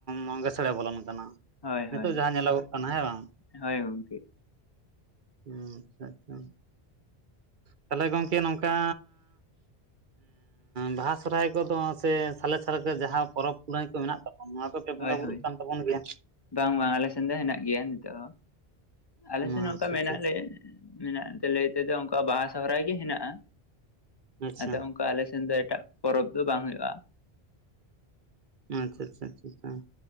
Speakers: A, on the right (about 55°); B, on the left (about 25°).
A: ᱢᱟᱸᱜᱮ ᱥᱚᱲᱮ ᱵᱚᱞᱚᱱ ᱠᱟᱱᱟ᱾
B: ᱦᱳᱭ
A: ᱱᱤᱛᱚᱜ
B: ᱦᱳᱭ
A: ᱡᱟᱦᱟᱸ ᱧᱮᱞᱚᱜᱚᱜ ᱠᱟᱱᱟ ᱦᱮᱸ ᱵᱟᱝ
B: ᱦᱳᱭ ᱜᱚᱝᱠᱮ
A: ᱟᱪᱪᱷᱟ ᱟᱪᱪᱷᱟ ᱛᱟᱦᱚᱞᱮ ᱜᱚᱝᱠᱮ ᱱᱚᱝᱠᱟ ᱵᱟᱦᱟ ᱥᱚᱨᱦᱟᱭ ᱠᱚᱫᱚ ᱥᱮ ᱥᱟᱞᱮ ᱥᱟᱨᱮ ᱛᱮ ᱡᱟᱦᱟᱸ ᱯᱚᱨᱚᱵᱽ ᱯᱩᱱᱟᱹᱭ ᱠᱚ ᱢᱮᱱᱟᱜ ᱛᱟᱵᱚᱱ ᱱᱚᱣᱟ ᱫᱚ ᱯᱮ ᱵᱚᱸᱜᱟ
B: ᱦᱳᱭ
A: ᱵᱩᱨᱩᱜ
B: ᱦᱳᱭ
A: ᱠᱟᱱ ᱛᱟᱵᱚᱱ ᱜᱮᱭᱟ
B: ᱵᱟᱝ ᱵᱟᱝ ᱟᱞᱮ ᱥᱮᱱ ᱫᱚ ᱦᱮᱱᱟᱜ ᱜᱮᱭᱟ ᱱᱤᱛᱚᱜ ᱦᱚᱸ
A: ᱟᱪᱪᱷᱟ
B: ᱟᱞᱮ ᱥᱮᱱ ᱱᱚᱝᱠᱟ
A: ᱟᱪᱪᱷᱟ
B: ᱢᱮᱱᱟᱜ
A: ᱟᱪᱪᱷᱟ
B: ᱞᱮᱭᱟ ᱢᱮᱱᱟᱜ ᱮᱱᱛᱮ ᱞᱟᱹᱭ ᱛᱮᱫᱚ ᱚᱱᱠᱟ ᱵᱟᱦᱟ ᱥᱚᱦᱚᱨᱟᱭ ᱜᱮ ᱦᱮᱱᱟᱜᱼᱟ᱾
A: ᱟᱪᱪᱷᱟ
B: ᱟᱫᱚ ᱚᱱᱠᱟ ᱟᱞᱮ ᱥᱮᱱ ᱫᱚ ᱮᱴᱟᱜ ᱯᱚᱨᱚᱵᱽ ᱫᱚ ᱵᱟᱝ ᱦᱩᱭᱩᱜᱼᱟ᱾
A: ᱟᱪᱪᱷᱟ ᱟᱪᱪᱷᱟ ᱟᱪᱪᱷᱟ ᱟᱪᱪᱷᱟ